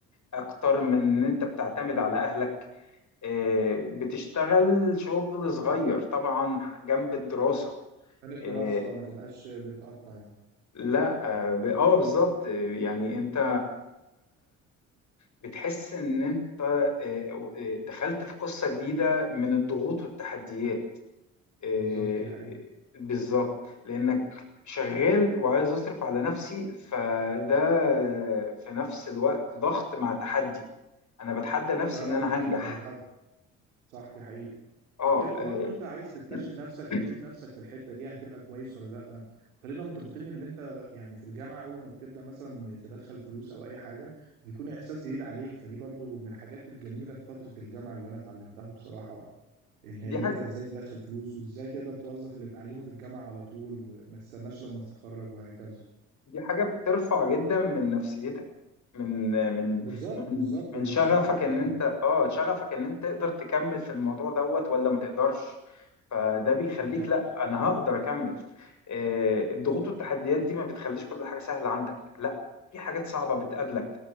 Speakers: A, on the left (about 45°); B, on the right (about 85°).
A: أكتر من إن أنت بتعتمد على أهلك آه، بتشتغل شغل صغير طبعا جنب الدراسة
B: كان الدراسة
A: آه،
B: اه ما تبقاش بتقطع يعني
A: لا اه ب- آه، بالظبط آه، يعني انت بتحس ان انت آه، آه، دخلت في قصة جديدة من الضغوط والتحديات آه،
B: بالظبط دي حقيقة
A: بالظبط لانك شغال وعايز اصرف على نفسي فده في نفس الوقت ضغط مع تحدي انا بتحدى نفسي
B: ده
A: ان
B: ضغط
A: انا
B: جدا
A: هنجح
B: لحد صح دي حقيقة
A: اه
B: تبقى
A: آه،
B: برضو انت عايز تكتشف نفسك
A: <clears throat>
B: وتشوف نفسك في الحتة دي هتبقى كويس ولا لا خلينا متفقين ان انت يعني في الجامعة اول ما بتبدأ مثلا تدخل فلوس او اي حاجة بيكون احساس جديد عليك فدي برضو من الحاجات الجميلة في فترة الجامعة اللي انا اتعلمتها بصراحة ان
A: دي
B: ان
A: حاجة
B: انت ازاي تدخل فلوس وازاي تقدر توظف اللي بتعلمه في الجامعة على طول وما تستناش لما تتخرج وهكذا
A: دي حاجة بترفع جدا من نفسيتك من من
B: بالظبط
A: من
B: بالظبط
A: من
B: بتفرحك
A: شغفك ان
B: جدا
A: انت اه شغفك ان انت تقدر تكمل في الموضوع دوت ولا ما تقدرش فده بيخليك
B: بالظبط
A: لا انا هقدر اكمل آه، الضغوط
B: صح
A: والتحديات دي ما بتخليش كل حاجة سهلة عندك لا في حاجات صعبة بتقابلك